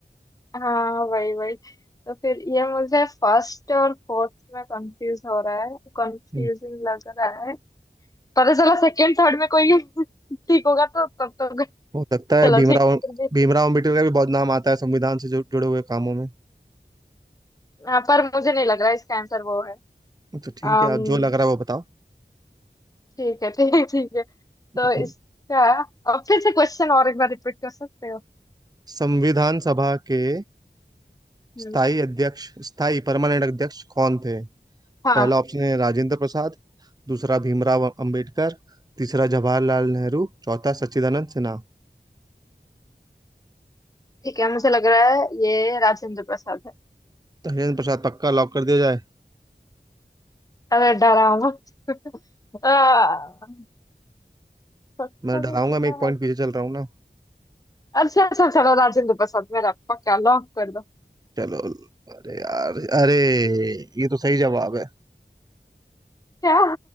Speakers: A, on the left (about 20°); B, on the right (about 20°).
A: हाँ वही वही तो फिर ये मुझे फर्स्ट और फोर्थ में कंफ्यूज हो रहा है कंफ्यूजिंग
B: हम्म,
A: लग रहा है पता चला सेकंड थर्ड में कोई <laughs> ठीक होगा तो तब तो <laughs>
B: हो सकता है
A: चलो
B: भीमराव
A: ठीक फिर भी
B: भीमराव अंबेडकर का भी बहुत नाम आता है संविधान से जो जुड़े हुए कामों में
A: हाँ पर मुझे नहीं लग रहा इसका आंसर वो है
B: तो ठीक
A: Um,
B: है आप जो लग रहा है वो बताओ
A: ठीक है ठीक है ठीक है तो
B: हम्म।
A: इसका अब फिर से क्वेश्चन और एक बार रिपीट कर सकते हो
B: संविधान सभा के
A: हम्म,
B: स्थायी अध्यक्ष स्थायी परमानेंट अध्यक्ष कौन थे
A: हाँ
B: पहला ऑप्शन है राजेंद्र प्रसाद दूसरा भीमराव अंबेडकर तीसरा जवाहरलाल नेहरू चौथा सच्चिदानंद सिन्हा
A: ठीक है मुझे लग रहा है ये राजेंद्र प्रसाद है
B: धीरेन्द्र प्रसाद पक्का लॉक कर दिया जाए
A: अरे डरा मत <laughs> आ, सत्ता
B: मैं डराऊंगा
A: में सुना
B: मैं एक पॉइंट
A: है
B: पीछे चल रहा हूँ ना
A: अच्छा अच्छा चलो राजेंद्र प्रसाद मेरा पक्का लॉक कर दो
B: चलो अरे यार अरे ये तो सही जवाब है
A: क्या